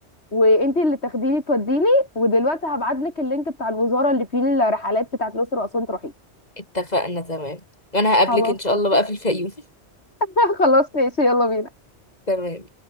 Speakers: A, on the left (about 70°); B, on the left (about 35°).
A: وانت اللي تاخديني توديني ودلوقتي هبعتلك اللينك بتاع الوزاره اللي فيه الرحلات بتاعت الاقصر واسوان تروحي
B: اتفقنا تمام وانا هقابلك
A: خلاص
B: ان شاء الله بقى في الفيوم <laughs>
A: <laughs> خلاص ماشي يلا بينا
B: تمام